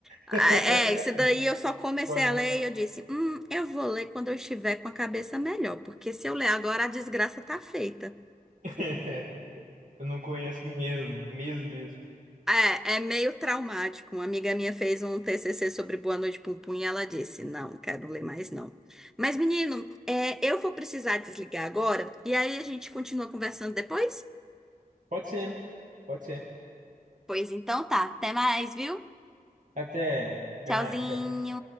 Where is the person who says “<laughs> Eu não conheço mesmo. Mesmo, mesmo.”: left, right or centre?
Right